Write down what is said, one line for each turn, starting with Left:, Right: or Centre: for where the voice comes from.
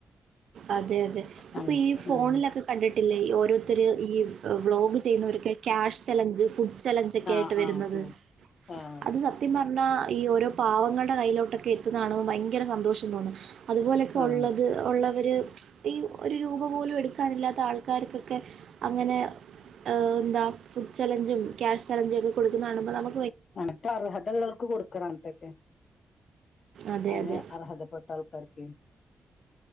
Right: അതെ അതെ ഇപ്പൊ
Left: ഉം
Right: ഈ ഫോണിലൊക്കെ
Left: ഉം
Right: കണ്ടിട്ടില്ലേ ഈ ഓരോ ത്തര് ഈ ഏ വ്ളോഗ് ചെയ്യുന്നവരൊക്കെ ക്യാഷ് ചലഞ്ച് ഫു ഡ് ചലഞ്ചൊക്കായിട്ട്
Left: ആഹ്
Right: വര്ന്നത്
Left: ആഹ് ഉം ആഹ്
Right: അത് സത്യമാ ണോ ഈ ഓരോ പാവങ്ങള്ടെ കയ്യിലോട്ടക്കെ എത്ത്ന്നെ കാണുമ്പം ഭയങ്കര സന്തോഷം തോന്നും. അത് ഒള്ളത്
Left: ആഹ്
Right: ഒള്ളവ ഏ ഈ ഒരു രൂപ പോലും എടുക്കാന് ഇല്ലാത്ത ആൾക്കാര്ക്കൊക്കെ അങ്ങനെ ആഹ് എന്താ ഫുഡ് ചലഞ്ചും ക്യാഷ് ചലഞ്ചും ഒക്കെ കൊടുക്ക്ന്നെ കാണുമ്പൊ നമ്മ
Left: അനക്ക അർഹത ഉള്ളോര്ക്ക് കൊടുക്കണം അങ്ങത്തൊക്കെ
Right: അതെ,
Left: അയിന്
Right: അതെ.
Left: അർഹതപ്പെട്ട ആൾക്കാര്ക്ക്